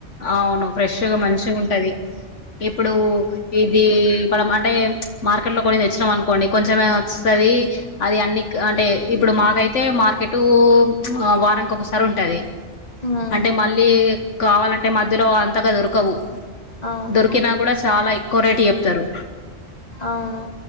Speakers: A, on the left; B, on the left.
A: అవును ఫ్రెష్గా మంచిగ ఉంటది ఇప్పుడు ఇది ఇప్పుడు అంటే మార్కెట్ లో కొన్ని తెచ్చినాం అనుకోండి కొంచెమే వస్తది అది అన్ని అంటే ఇప్పుడు మాకైతే మార్కెట్ ఇటు వారానికి ఒకసారి ఉంటాది
B: ఉమ్
A: అంటే మళ్ళీ కావాలంటే మధ్యలో అంతగా దొరకవు
B: అవును
A: దొరికినా కూడా చాలా ఎక్కువ రేటు చెప్తారు
B: అవును